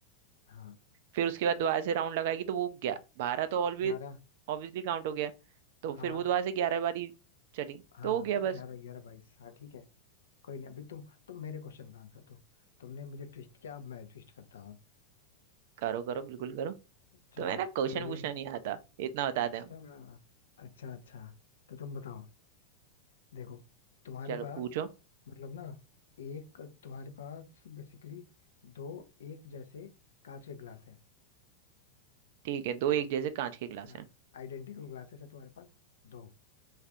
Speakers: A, on the left (about 65°); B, on the right (about 50°).
A: हाँ
B: फिर उसके बाद दोबारा से राउंड लगाएगी तो वो ग्या बारह तो ऑलवेज
A: ग्यारह
B: ऑब्वियसली काउंट हो गया तो फिर
A: हाँ
B: वो दोबारा से ग्यारह वाली चली
A: हाँ
B: तो हो गया बस
A: ग्यारह ग्यारह बाईस हाँ ठीक है कोई नहीं अभी तुम तुम मेरे क्वेश्चन का आंसर दो तुमने मुझे ट्विस्ट किया अब मैं ट्विस्ट करता हूँ
B: करो करो बिल्कुल करो
A: चलो
B: तो है ना क्वेश्चन
A: तो ये
B: पूछना नहीं आता इतना बता
A: अच्छा
B: दें हम।
A: अच्छा अच्छा तो तुम बताओ देखो तुम्हारे
B: चलो
A: पास
B: पूछो
A: मतलब ना एक तुम्हारे पास बेसिकली दो एक जैसे कांच के ग्लास है
B: ठीक है दो एक जैसे कांच के गिलास
A: हाँ
B: हैं
A: आइडेंटिकल ग्लासेस है तुम्हारे पास दो